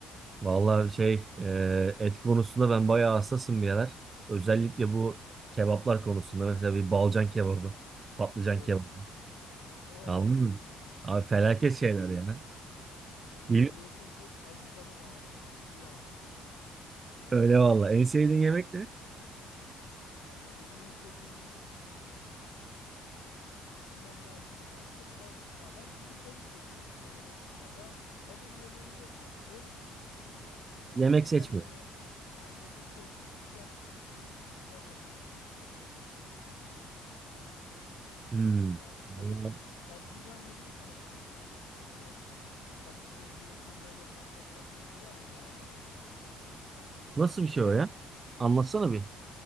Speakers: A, on the right (about 35°); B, on the left (about 85°).
A: Vallahi şey e, et konusunda ben bayağı hassasım bir yerler. Özellikle bu kebaplar konusunda mesela bir balcan kebabı, patlıcan
B: Of.
A: kebabı.
B: Of.
A: Anladın mı? Abi felaket
B: Allah.
A: şeyler ya.
B: Yani
A: Bilmiyorum.
B: diyorsun ki acıkalım ağzımızın suyu aksın.
A: Öyle valla. En sevdiğin yemek ne?
B: Valla benim en sevdiğim yemek Bir düşünmem lazım da ben çok fa ya ben fırın tavuk seviyorum bu aralar. Ya ben favori yemeğim yok da yerim ya her türlü ben
A: Yemek
B: güzel
A: seçmiyorum.
B: yeme ya yemek seçmiyorum. Güzel gü- sunulmuş, güzel yapılmış hiçbir yemeği seçmiyorum açıkçası.
A: Hmm.
B: Ya
A: Vallahi
B: böyle bir patlıcan yemeği falan seviyorum ben bu aralar. Şu patlıcanı böyle kıymayla kat kat kat yapıyorlar ya yağlama gibi aynı.
A: nasıl bir şey
B: Ya
A: o
B: o
A: ya? Anlatsana bir.